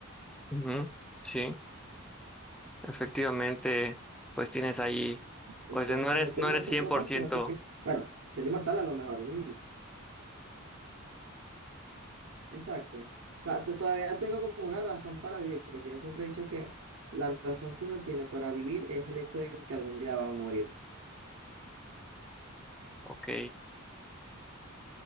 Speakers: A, in the centre; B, on the right.
A: ujú, Sí. Efectivamente, pues tienes ahí,
B: Entonces
A: pues no eres,
B: no tengo
A: no eres
B: una acción
A: cien
B: como
A: por
B: tal,
A: ciento
B: sino que, que, bueno, siendo inmortal a lo mejor. mm, exacto. O sea, t- todavía tengo como una razón para vivir, porque yo siempre he dicho que la razón que uno tiene para vivir es el hecho de que algún día va a morir.
A: ok,